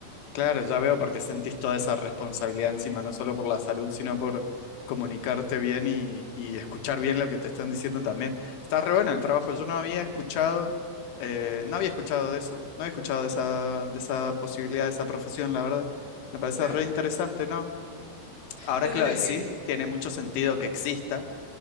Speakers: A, on the left (about 80°); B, on the right (about 15°).
A: Claro, ya veo por qué sentís toda esa responsabilidad encima, no solo por la salud, sino por comunicarte bien y, y escuchar bien lo que te están diciendo también. Está re bueno el trabajo. Yo no había escuchado, eh, no había escuchado de eso, no había escuchado de esa, de esa posibilidad, de esa profesión, la verdad. Me parece
B: ¿no?
A: re interesante, ¿no? Ahora
B: Pues
A: que
B: mira
A: lo decís,
B: que...
A: tiene mucho sentido que exista,